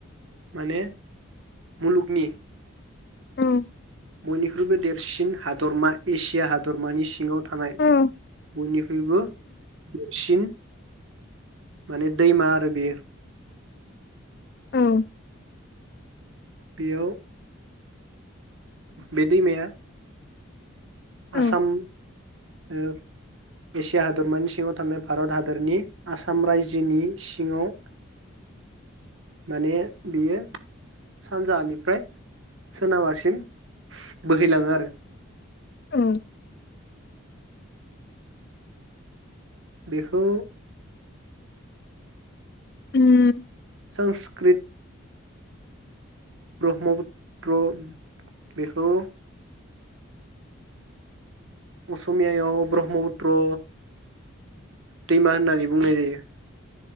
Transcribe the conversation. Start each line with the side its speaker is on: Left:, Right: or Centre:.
Right: माने मुलुगनि
Left: औ
Right: बयनिख्रुइबो देरसिन हादरमा एसिया हादर हादोरमानि सिङाव थानाय
Left: औ
Right: बयनिख्रुइबो देरसिन माने दैमा आरो बेयो।
Left: औ
Right: बेयाव बे दैमाया
Left: औ
Right: आसाम ओ एसिया हादरमानि सिङाव थानाय भारत हादरनि आसाम रायजोनि सिङाव माने बियो सानजाहा निफ्राय सोनाबाहा सिम बोहैलाङो आरो।
Left: औ
Right: बिखौ
Left: उम
Right: संस्कृत ब्रह्मपुत्र बेखौ असमिया याव ब्रह्मपुत्र दैमा होननानै बुंनाय जायो।